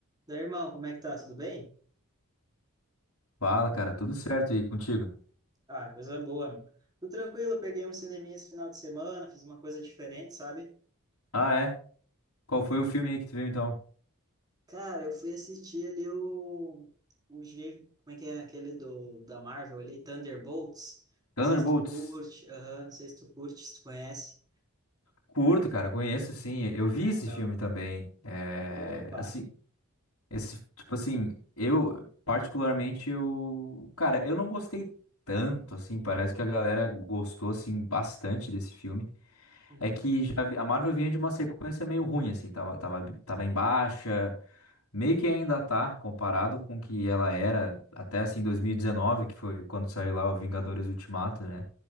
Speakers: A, on the right; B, on the left.
A: Daí, irmão, como é que tá? Tudo bem?
B: Fala, cara, tudo certo aí contigo?
A: Ah, coisa boa, meu. Tudo tranquilo, peguei um cineminha esse final de semana, fiz uma coisa diferente, sabe?
B: Ah, é? Qual foi o filme aí que tu viu então?
A: Cara, eu fui assistir ali o, o G, como é que é aquele do, da Marvel ali, Thunderbolts.
B: Thunderbolts.
A: Não sei se tu curte, aham, não sei se tu curte, se tu conhece.
B: Curto, cara, conheço sim. Eu vi
A: Ah,
B: esse
A: da
B: filme
A: hora.
B: também. É,
A: Opa!
B: assim, esse, tipo assim, eu particularmente eu, cara, eu não gostei tanto assim, parece que a galera gostou assim bastante desse filme.
A: Uhum,
B: É que já, vi- a Marvel vinha de uma sequência meio ruim, assim, tava, tava, tava em baixa, meio que ainda tá, comparado com o que ela era até, assim, 2019, que foi quando saiu lá o Vingadores Ultimato, né?